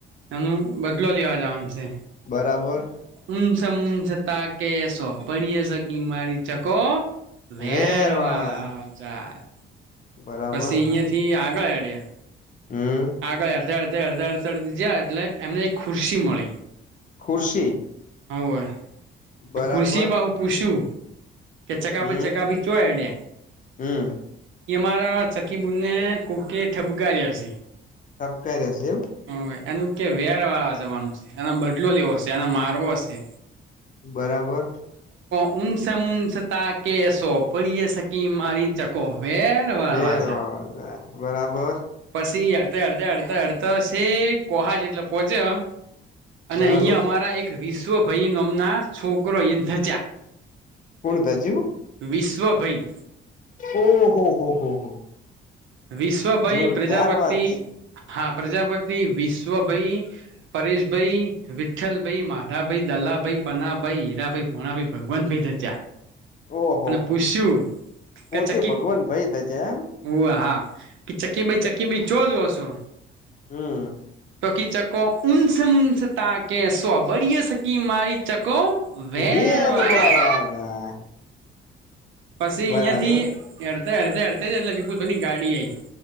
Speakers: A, on the right (about 75°); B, on the left (about 40°).
A: એનું બદલો લેવા જવાનું છે.
B: બરાબર.
A: હાંસ મુન્સ તાકે કે‌ પડી હસ ક મારી ચકો. વેન
B: વેર વાળવા
A: વા જાય
B: બરાબર
A: પછી અહિયાં થી આગળ. <inaudible>
B: હમ
A: આગળ અડ અડ અડતા અડતા અડ જાય એટલે એમને ખુરશી મળી.
B: ખુરશી
A: હવે
B: બરાબર
A: તો ખુરશી પાહું પૂછું. કે ચકાફી
B: હમ
A: ચકાપી ચોયડે
B: હમ
A: કે અમારા ચકીબુને કોકે ઠબકારી હશે.
B: સબ કરે છે એમ
A: હ એનું કે વેર વાળા છે. વાનું એના બદલો લેવો હશે એના મારવો હશે.
B: બરાબર.
A: ઉન્સ મુન્સ તાકે કે‌ પડી હસ ક મારી ચકો. બેરવાળ
B: વેર
A: વાજ.
B: બરાબર.
A: અી હડ હડતા હડતા હડતા કોહા જેટલે પોહોચ્યો. અને
B: બરાબર
A: અહીંયા અમારા એક વિશ્વ ભાઈનો અમના છોકરો અ ધચા.
B: કોણ દાજુ.
A: વિશ્વભાઈ.
B: ઓહ હો હો હો.
A: વિશ્વભાઈ
B: જોરદાર
A: પ્રજાપતિ
B: વાત છે
A: હા. પ્રજાપતિ વિશ્વભાઈ પરેશભાઈ વિઠ્ઠલભાઈ માધાભાઈ દલાભાઈ પનાભાઈ હીરાભાઈ પોણાભાઈ ભગવાન ભાઈ થચા.
B: ઓહો
A: અને
B: હો
A: પૂછ્યું
B: પોતે
A: કે ચકી
B: ભગવાન ભાઈ થજે એમ
A: હ હા કે ચક્કી ભાઈ ચક્કી ભાઈ ચો જોવો છો.
B: હમ્મ.
A: તોકી ચકો ઉન્સ મુન્સ તાકે સ્વબરી સકી મા ચકો. <inaudible>
B: વેર વળવા જાય
A: પછી
B: બરાબર
A: અહિયાયા થી હડ અડ હડ જ એટલે વિપુની ગાડી આઈ.